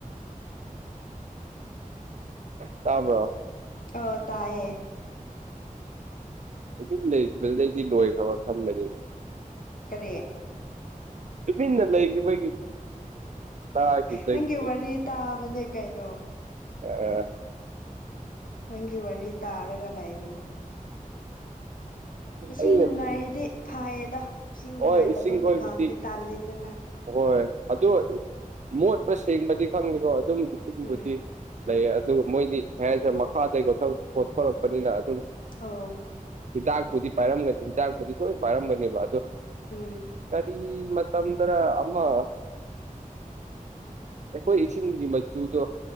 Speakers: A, on the right (about 55°); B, on the left (about 75°).
A: ꯇꯕ꯭ꯔꯣ
B: ꯑꫭ ꯇꯥꯏꯌꯦ
A: ꯇꯨꯃꯤꯟ ꯂꯩꯈꯔ‌ꯦ ꯑꯩꯗꯤ ꯂꫭꯏꯈꯔꯥꯕ ꯈꯟꯕꯅꯤꯅ‌ꯦ
B: ꯀꯔꯤ
A: ꯇꯨꯃꯤꯟꯅ ꯂꯩꯈꯤꯕꯒꯤ ꯇꯥꯈꯤꯕꯗꯒꯤ
B: ꯅꯪꯒꯤ ꯋꯥꯔꯤ ꯇꯥꯕꯅꯦꯀꯩꯅꫭ
A: ꯑ <unintelligible>
B: ꯅꯪꯒꯤ ꯋꯥꯔꯤ ꯇꯥꯔꯒ ꯂꯩꯕꯅꯤ ꯏꯁꯤꯡ
A: ꯑꯩꯅ
B: ꯅꯨꯡꯉꯥꯏꯔꯗꯤ ꯐꯥꯏꯌꯦꯗ ꯏꯁꯤꯡ ꯅꯨꯡꯉꯥꯏꯇꯕ
A: ꯍꯣꯏ ꯏꯁꯤꯡ ꯈꯣꯏꯕꯨꯗꯤ
B: ꯃꯐꯝꯗꯤ ꯇꯥꯜꯂꯦꯗꯅ
A: ꯍꯣꯏ ꯑꯗꫭ ꯃꯣꯠꯄ ꯁꯦꯡꯕꯗꯤ ꯈꯪꯗ‌ꯦꯀꯣ ꯑꯗꯨꯝ ꯏꯁꯤꯡꯕꯨꯗꯤ
B: ꯎꯝ
A: ꯂꯩꯌꯦ ꯑꯗꯨ ꯃꯣꯏꯗꯤ ꯐꯥꯌꯔ ꯏꯁꯇꯝ ꯃꯈꯥꯗꯩ ꯀꯣꯊꯣꯔꯛꯄꯅꯤꯅ ꯑꯗꯨꯝ
B: ꯑꯣ
A: ꯍꯤꯇꯥꯛꯄꯨꯗꯤ ꯄꯥꯏꯔꯝꯒꯅꯤ ꯍꯤꯇꯥꯛꯄꯨꯗꯤ ꯁꯣꯏ ꯄꯥꯏꯔꯝꯒꯅꯦꯕ ꯑꯗꯣ
B: ꯎꯝ
A: ꯀꯔꯤ ꯃꯇꯝꯗꯔ ꯑꯃ ꯑꯩꯈꯣꯏ ꯏꯁꯤꯡꯒꯤ ꯃꯆꯨꯗꯣ